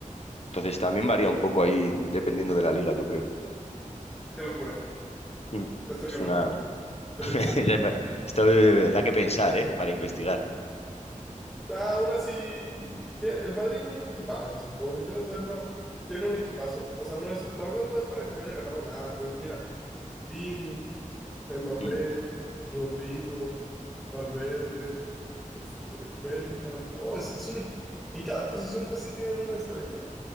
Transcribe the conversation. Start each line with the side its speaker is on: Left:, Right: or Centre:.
Left: Entonces también varía un poco ahí dependiendo de la liga, yo creo.
Centre: Qué locura,
Left: Mm.
Centre: esto
Left: Es
Centre: que me
Left: una...
Centre: cuentas.
Left: <laughs>
Centre: Se le- se-
Left: Esto eh, da que pensar, ¿eh? Para investigar.
Centre: Ah, aún así, tiene- el Madrid tiene un equipazo, o sea, por donde quieras verlo, tiene un equipazo. O sea, no es, la verdad no es para que no haya ganado nada, pues mira, Vini, Mbappé,
Left: Mm.
Centre: Rodrigo, Valverde, este, Bellingham, no, es, es un equi- en cada posición casi tienen una estrella,